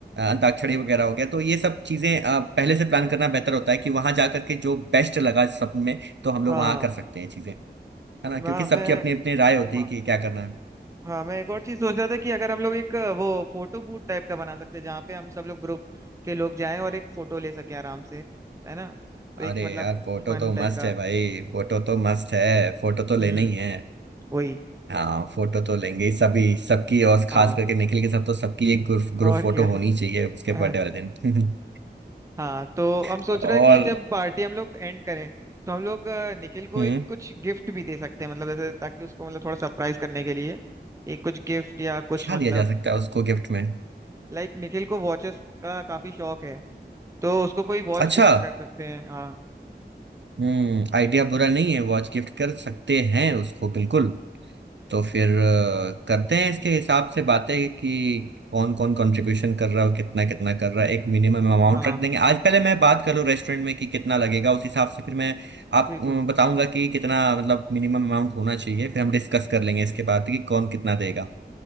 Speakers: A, on the right; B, on the right.
A: अंताक्षरी वगैरह हो गया तो ये सब चीजें अ, पहले से प्लान करना बेहतर होता है कि वहां जा करके जो बेस्ट लगा सब में तो हम लोग
B: हाँ
A: वहां कर सकते हैं चीजें है ना
B: मैं
A: क्योंकि सबकी
B: मैं
A: अपनी अपनी राय होती
B: म-
A: है कि क्या करना है
B: हाँ मैं एक और चीज सोच रहा था कि अगर हम लोग एक अ, वो फोटो बूथ टाइप का बना सकते हैं जहाँ पे हम सब लोग ग्रुप के लोग जाएं और एक फोटो ले सके आराम से है ना तो एक
A: अरे
B: मतलब
A: यार फोटो
B: फन
A: तो मस्त
B: टाइप का
A: है भाई फोटो तो मस्त है फोटो तो
B: हम्म
A: लेना ही है
B: वही
A: हाँ फोटो तो लेंगे ही सभी सबकी और
B: हाँ
A: खास करके निखिल के साथ तो सबकी एक ग्रुप ग्रुप
B: और
A: फोटो
B: क्या
A: होनी
B: <laughs>
A: चाहिए उसके बर्थडे वाले दिन
B: हाँ तो हम सोच
A: <laughs> और
B: रहे हैं कि जब पार्टी हम लोग एंड करें तो हम लोग अ, निखिल को
A: हम्म
B: एक कुछ गिफ्ट भी दे सकते हैं मतलब जैसे ताकि उसको मतलब थोड़ा सरप्राइज करने के लिए एक कुछ गिफ्ट या कुछ
A: क्या
B: मतलब
A: दिया जा सकता है उसको गिफ्ट में
B: लाइक निखिल को वॉचेस का काफी शौक है तो उसको कोई वॉच
A: अच्छा
B: गिफ्ट कर सकते हैं हाँ
A: हम्म आइडिया बुरा नहीं है वॉच गिफ्ट कर सकते हैं उसको बिल्कुल तो फिर अ, करते हैं इसके हिसाब से बातें कि कौन कौन कंट्रीब्यूशन कर रहा है और कितना कितना कर रहा है एक मिनिमम अमाउंट
B: हाँ
A: रख देंगे आज पहले मैं बात करूँ रेस्टोरेंट में कि कितना लगेगा उस हिसाब से फिर मैं आप
B: बिल्कुल
A: अ, बताऊंगा कि कितना मतलब मिनिमम अमाउंट होना चाहिए फिर हम डिस्कस कर लेंगे इसके बाद कि कौन कितना देगा